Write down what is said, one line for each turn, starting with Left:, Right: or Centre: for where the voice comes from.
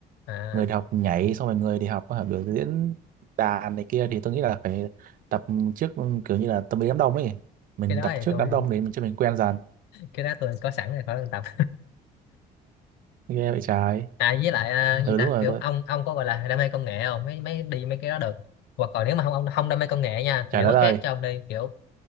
Left: à,
Right: người thì học nhảy xong rồi người thì học ờ, biểu diễn đàn này kia thì tôi nghĩ là phải tập trước kiểu như là tâm lý đám đông ấy mình
Left: cái đó
Right: tập
Left: thì
Right: trước
Left: tôi
Right: đám đông để mình cho mình quen dần
Left: cái đó tôi có sẵn rồi khỏi cần tập
Right: nghe vậy trái
Left: à với lại à,
Right: ừ
Left: gì ta
Right: đúng rồi
Left: kiểu
Right: tôi
Left: ông ông có gọi là đam mê công nghệ không mấy mấy đi mấy cái đó được hoặc còn nếu mà không ông không đam mê công nghệ nha
Right: trái
Left: thì vẫn
Right: đã
Left: có
Right: đời
Left: khác cho ông đi kiểu